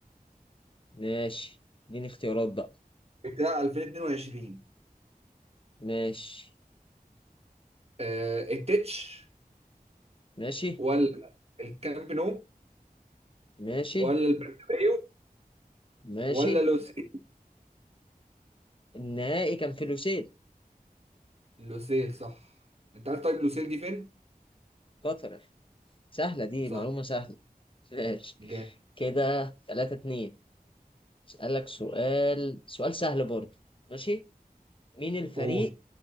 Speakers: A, on the left; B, on the right.
A: ماشي اديني اختيارات بقى
B: بتاع 2022
A: ماشي
B: آه التتش
A: ماشي
B: ولا الكامب نو
A: ماشي
B: ولا البرنابيو
A: ماشي
B: ولا لوسيل
A: النهائي كان فلوسيل
B: لوسيل صح انت عارف طيب لوسيل دي فين
A: قطر سهلة دي
B: صح
A: معلومة سهلة <laughs> ماشي
B: جامد
A: كده تلاتة اتنين اسألك سؤال سؤال سهل برضه ماشي مين الفريق
B: قول